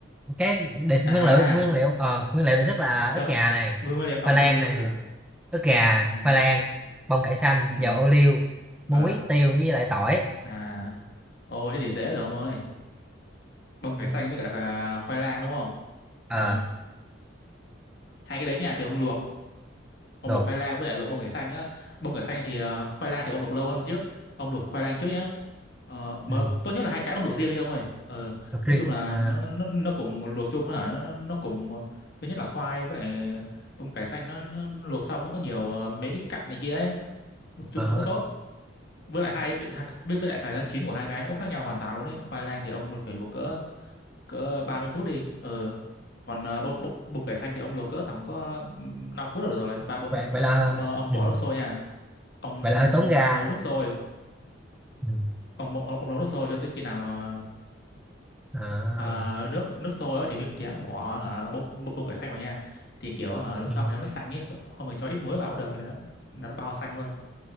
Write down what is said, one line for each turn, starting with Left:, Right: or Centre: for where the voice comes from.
Centre: cái đề,
Left: À,
Centre: nguyên liệu nguyên liệu ờ, nguyên liệu đề xuất là
Left: cho
Centre: ức gà này
Left: nguyên nguyên liệu đọc
Centre: khoai
Left: cho
Centre: lang
Left: tôi đi.
Centre: này
Left: Ừ.
Centre: ức gà
Left: Ừ.
Centre: khoai lang bông cải xanh
Left: Ừ.
Centre: dầu ô liu
Left: Ờ.
Centre: muối tiêu với lại tỏi
Left: À. Ôi thế thì dễ rồi ông ơi. Bông
Centre: Ừ.
Left: cải xanh với cả à, khoai lang đúng không?
Centre: ờ
Left: Ờ, hai cái đấy nhà thì ông luộc, ông
Centre: luộc
Left: luộc khoai lang với lại luộc bông cải xanh á. Bông cải xanh thì ờ, khoai lang thì ông luộc lâu hơn trước. Ông luộc khoai lang trước nhá. Ờ, mà
Centre: ừ.
Left: tốt nhất là hai cái ông luộc riêng đi ông ơi. Ờ,
Centre: luộc
Left: nói
Centre: riêng
Left: chung là
Centre: à,
Left: nó nó nó nó cùng luộc chung nó hả nó nó nó cùng ờ, thứ nhất là khoai với lại bông cải xanh nó, nó luộc xong nó có nhiều ờ, mấy cái cặn này kia ấy. Luộc chung
Centre: ờ,
Left: không có tốt. với lại hai hai- với, với lại thời gian chín của hai cái nó cũng khác nhau hoàn toàn luôn đấy khoai lang thì ông phải luộc cỡ cỡ 30 phút đi ờ còn uh, bông, bông, bông cải xanh thì ông luộc cỡ tầm có ừm, 5 phút là được rồi ba bốn
Centre: vậy vậy là
Left: ông ờ, ông
Centre: ừ.
Left: bỏ nước sôi nha ông
Centre: vậy là hơi tốn ga
Left: nấu nước sôi
Centre: ừ.
Left: ông ông, ông nấu nước sôi cho tới khi nào mà
Centre: à,
Left: à, nước nước sôi á thì mới thì hãng bỏ hả, bông, bông bông cải xanh vào nha thì kiểu hả luộc
Centre: ừ.
Left: xong thì nó mới xanh ấy không mình cho ít muối vào cũng được là nó là nó bao xanh luôn